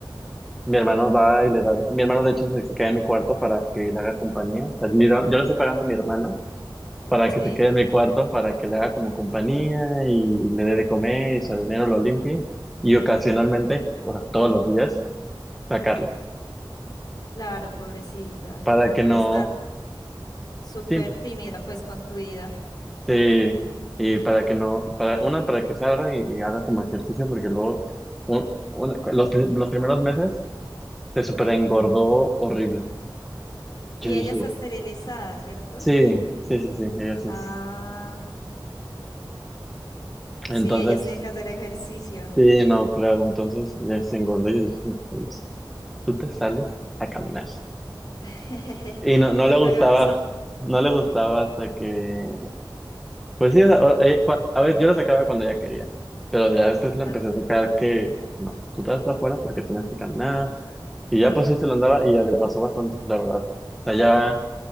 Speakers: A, in the centre; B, on the left.
A: mi hermano va y le da, mi hermano de hecho se, se queda en mi cuarto para que le haga compañía. O sea, mi- yo le estoy pagando a mi hermano para
B: Sí,
A: que se quede en mi cuarto, para que le haga como compañía y le dé de comer y su dinero lo limpie. Y ocasionalmente, o sea, todos los días, sacarlo
B: claro, pobrecita.
A: para que
B: Debe
A: no,
B: estar súper
A: sí,
B: tímida pues con tu vida.
A: Sí, y para que no, para, una, para que salga y, y haga como ejercicio, porque luego, un- una- los, pri- los primeros meses se super engordó horrible.
B: Y
A: Yo dije,
B: ella está esterilizada, ¿cierto?
A: sí, sí, sí, sí, ella sí
B: Ah,
A: es- Entonces,
B: sí, ellos tienen que hacer ejercicio.
A: sí, no, claro, entonces ya se engordó. Yo dije, no, Hermes, tú te sales a caminar.
B: <laughs>
A: Y no, no
B: Toca,
A: le gustaba,
B: que vas a-
A: no le gustaba hasta que Pues sí, o sea, o- eh, cua- a ver, yo la sacaba cuando ya quería, pero ya después la
B: claro,
A: empecé a sacar que no, tú te vas para afuera porque tienes que caminar, y ya pues sí se lo andaba y adelgazó bastante, la verdad. O sea, ya,